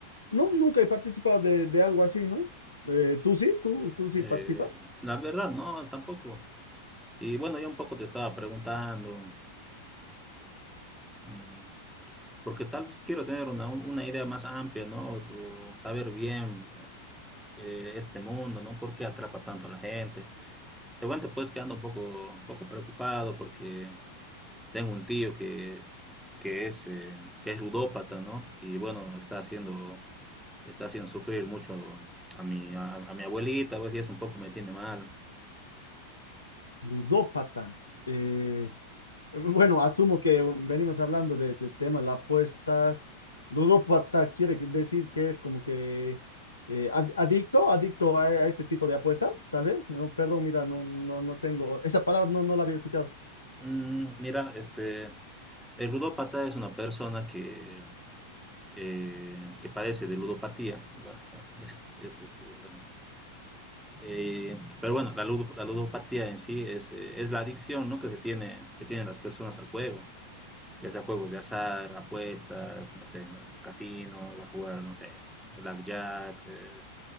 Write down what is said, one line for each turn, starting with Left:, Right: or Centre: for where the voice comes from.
Left: no, nunca he participado de, de algo así, ¿no? Eh, ¿tú sí? ¿Tú, tú sí
Centre: Eh,
Left: participas?
Centre: la verdad, no, tampoco. Y bueno, yo un poco te estaba preguntando. Mm, Porque tal vez quiero tener una, una idea más amplia, ¿no? O saber bien eh, este mundo, ¿no? ¿Por qué atrapa tanto a la gente? Te cuento pues que ando un poco, un poco preocupado porque tengo un tío que, que es, eh, que es ludópata, ¿no? Y bueno, está haciendo, está haciendo sufrir mucho a mi, a, a mi abuelita, pues, y eso un poco me tiene mal.
Left: Ludópata. eh, bueno, asumo que venimos hablando de- del tema de las apuestas. Ludópata quiere que- decir que es como que eh, ad- adicto, adicto a, a este tipo de apuestas, tal vez. No, perdón, mira, no, no, no tengo, esa palabra no, no la había escuchado.
Centre: Mm, mira, este, el ludópata es una persona que eh, que padece de ludopatía, bueno, <laughs> es, es este, bueno, eh, pero bueno, la, ludo, la, ludopatía en sí es, eh, es la adicción ¿no? que, se tiene, que tienen las personas al juego, ya sea juegos de azar, apuestas, no sé, casinos, a jugar, no sé, blackjack, eh,